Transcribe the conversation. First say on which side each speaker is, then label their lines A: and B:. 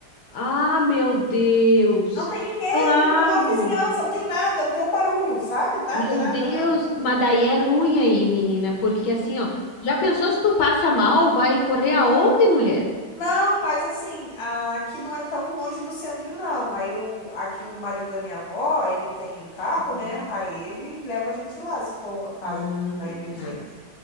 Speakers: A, on the left; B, on the left.
A: Ah, meu Deus!
B: Não tem ninguém,
A: Claro!
B: não tem uma vizinhança, não tem nada, não tem um barulho, sabe? Nada,
A: Meu
B: nada,
A: Deus,
B: nada.
A: mas daí é ruim aí, menina, porque assim, ó, já pensou se tu passa mal, vai correr aonde, mulher?
B: Não, mas assim, a- aqui não é tão longe do centro, não. Aí o, aqui o marido da minha avó, ele tem carro,
A: Uhum.
B: né? Aí ele leva a gente lá, se for uma casa
A: Ah,
B: na emergência.
A: tá.